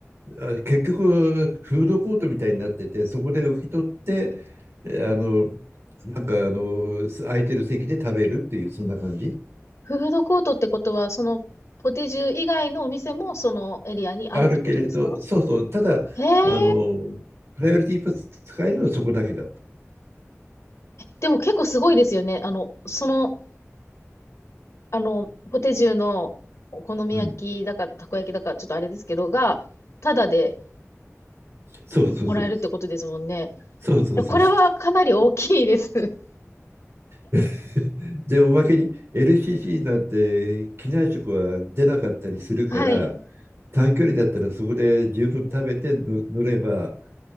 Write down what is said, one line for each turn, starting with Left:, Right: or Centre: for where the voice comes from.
Right: あ結局、フードコートみたいになってて、そこで受け取って、えあの、なんかあの、す空いてる席で食べるっていう、そんな感じ。
Left: フードコートってことは、そのポテジュ以外のお店もそのエリアにあるってことですか
Right: あるけれど、そうそう、ただ、
Left: へえ。
Right: あの、プライオリティパス使えるのはそこだけだった。
Left: でも結構すごいですよね。あの、そのあの、ポテジュのお好み焼きだか、
Right: うん。
Left: たこ焼きだか、ちょっとあれですけど、が、ただで
Right: そうそうそう。
Left: もらえるってことですもんね。
Right: そうそうそうそう。
Left: これはかなり大きいです。<laughs>
Right: <laughs> で、おまけに LCC なんて機内食は出なかったりするから、
Left: はい。い
Right: 短距離だったらそこで十分食べて乗乗れば、